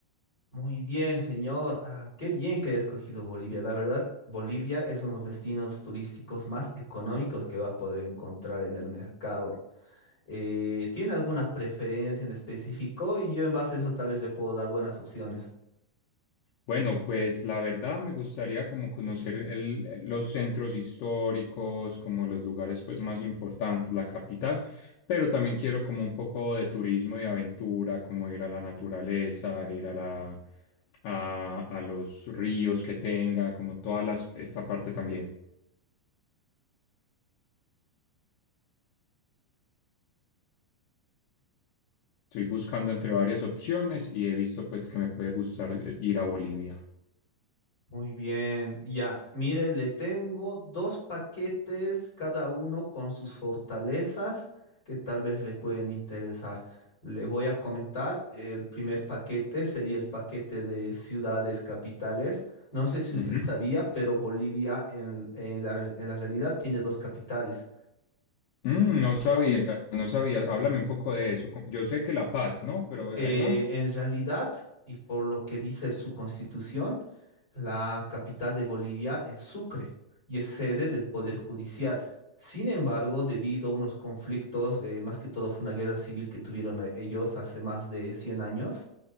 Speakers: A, on the left (about 30°); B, on the left (about 85°).
A: Muy bien, señor. Ah, qué bien que he escogido Bolivia. La verdad, Bolivia es uno de los destinos turísticos más económicos que va a poder encontrar en el mercado. Eh, ¿tiene alguna preferencia en específico? Y yo en base a eso tal vez le puedo dar buenas opciones.
B: Bueno, pues la verdad me gustaría como conocer el- eh, los centros históricos, como los lugares pues más importantes, la capital, pero también quiero como un poco de turismo y aventura, como ir a la naturaleza, ir a la a, a los ríos que tenga, como toda las, esta parte también. Estoy buscando entre varias opciones y he visto pues que me puede gustar eh, ir a Bolivia.
A: Muy bien, ya, mire, le tengo dos paquetes, cada uno con sus fortalezas que tal vez le pueden interesar. Le voy a comentar, el primer paquete sería el paquete de ciudades capitales. No sé si usted
B: Ujú.
A: sabía, pero Bolivia en, en la, en la realidad tiene dos capitales.
B: Mm, no sabía, no sabía. Háblame un poco de eso. Como- Yo sé que La Paz, ¿no? Pero
A: Eh,
B: hay más.
A: en realidad, y por lo que dice su constitución, la capital de Bolivia es Sucre y es sede del Poder Judicial. Sin embargo, debido a unos conflictos, eh, más que todo fue una guerra civil que tuvieron a- ellos hace más de 100 años,